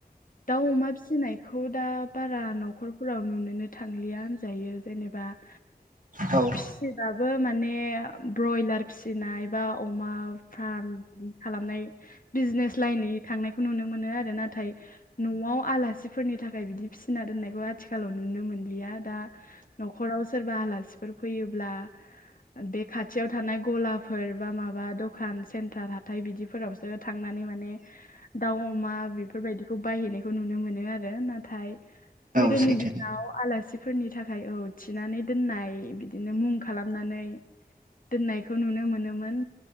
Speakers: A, on the left (about 55°); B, on the right (about 55°).
A: दाउ अमा फिसिनायखौ दा बारा न'खरफोराव नुनोनो थांलिया होनजायो जेनेबा <inaudible>
B: औ
A: फिसिबाबो माने ब्रयलार फिसिनाय बा अमा फार्म खालामनाय बिजनेस लाइनै थांनायखौ नुनो मोनो आरो नाथाय न'आव आलासिफोरनि थाखाय बिदि फिसिना दोननायखौ आथिखालाव नुनो मोनलिया दा न'खराव सोरबा आलासिफोर फैयोब्ला बे खाथियाव थानाय गलाफोर बा माबा दखान सेन्टार हाथाय बिदिफोरावसो थांनानै माने दाउ अमा बेफोरबायदिखौ बायहैनायखौ नुनो मोनो आरो नाथाय
B: औ
A: गोदोनि
B: सैथो
A: दिनाव आलासि मानसिफोरनि थाखाय औ थिनानै दोननाय बिदिनो मुं खालामनानै दोननायखौ नुनो मोनोमोन